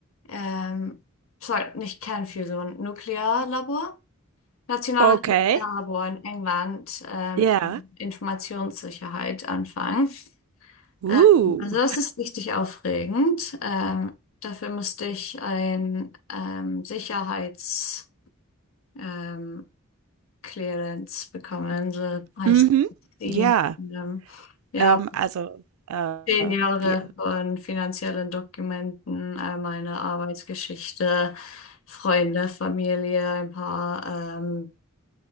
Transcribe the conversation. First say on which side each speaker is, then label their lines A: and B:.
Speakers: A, on the left; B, on the right.
A: ähm, sorry, nicht Kernfusion, Nuklearlabor, nationales
B: Okay.
A: Nuklearlabor in England, ähm,
B: Ja.
A: Informationssicherheit anfangen.
B: Uh.
A: Ähm, also das ist richtig aufregend. Ähm, dafür musste ich ein ähm, Sicherheits ähm, Clearance bekommen, so heißt
B: Mhm.
A: die.
B: Ja.
A: Ähm, ja,
B: Ähm, also, äh,
A: zehn Jahre
B: wir,
A: von finanziellen Dokumenten, äh, meine Arbeitsgeschichte, Freunde, Familie, ein paar ähm,